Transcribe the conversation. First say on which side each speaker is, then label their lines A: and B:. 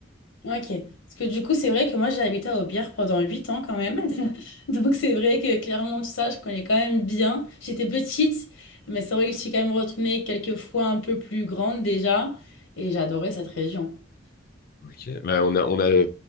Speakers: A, on the left; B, on the left.
A: Ok. Parce que du coup, c'est vrai que moi, j'ai habité à Aubière pendant 8 ans quand même. <laughs> Donc c'est vrai que clairement, tout ça, je connais quand même bien. J'étais petite, mais c'est vrai que je suis quand même retournée quelques fois un peu plus grande déjà. Et j'adorais cette région.
B: Ok. Bah, on a, on a, euh,